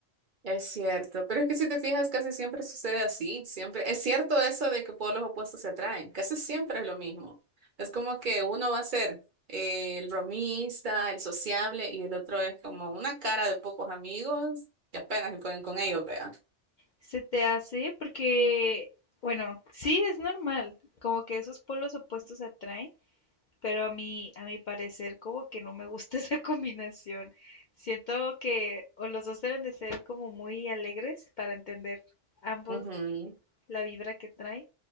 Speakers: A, on the right; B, on the left.
A: Es cierto, pero es que si te fijas, casi siempre sucede así, siempre. Es cierto eso de que polos opuestos se atraen, casi siempre es lo mismo. Es como que uno va a ser eh, el bromista, el sociable, y el otro es como una cara de pocos amigos que apenas se pueden con ellos, vea.
B: Se te hace porque, bueno, sí es normal, como que esos polos opuestos se atraen, pero a mí, a mi parecer, como que no me gusta <laughs> esa combinación. Siento que o los dos deben de ser como muy alegres para entender ambos
A: Ujú,
B: la vibra que traen,